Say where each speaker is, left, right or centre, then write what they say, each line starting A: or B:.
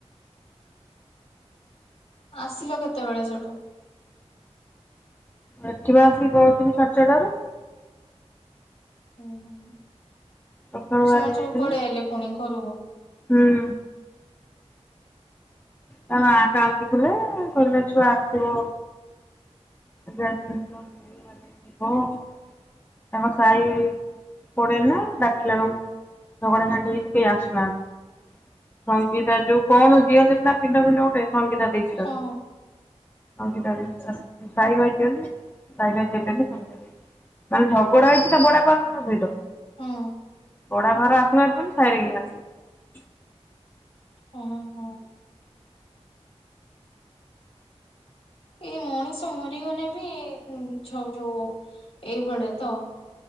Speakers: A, on the left (about 65°); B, on the left (about 15°).
A: ଆସିଲ କେତେବେଳେ, ସେଠୁ?
B: ଏଠି, ବା ଆସିକି ପହଞ୍ଚିଲି, ସାଢେ ଚାରିଟା ରେ ୲
A: ହୁଁ, ହୁଁ
B: ସକାଳୁ
A: ସେମାନେ,
B: ବାହାରି ଯାଇଥିଲି।
A: ସବୁ ପଳି ଆଇଲେ, ଫୁଣି? କର
B: ହୁଁ, ତା ମା କାନ୍ତିୁଥିଲେ କହିଲେ ଛୁଆ ଆସିବ ଗ ଯିବ ତାଙ୍କ ସାହି ପଡେଇ ନା ଡାକିଲା ବେଳକୁ ଝଗଡା ଝାଟି ହେଇ କେହି ଆସୁନାହାନ୍ତି ସଙ୍ଗୀତା ଯୋଉ, କଣ ଦିଅନ୍ତି ନା ପିଣ୍ଡ, ଫିଣ୍ଡ ଗୋଟେ? ସଂଙ୍ଗୀତା, ଦେଇଛି
A: ହଁ
B: ତା ସାଇ ଭାଇ ଦିଅନ ସାଇ ଭାଇ ନହେଲେ ଝଗଡା ହେଇଛି ତା ବଡାପଙ୍କ ଘର ସହିତ
A: ହୁଁ।
B: ବଡା ଘର ଆସୁନହାଥ ବୋଲି ସାହିରେ କେ ଆସ
A: ହୁଁ ହୁଁ ଏଇ, ମଣିଷ ମରିଗଲେ ବି, ଯୋଉ ଏଇଭଳିଆ ତ,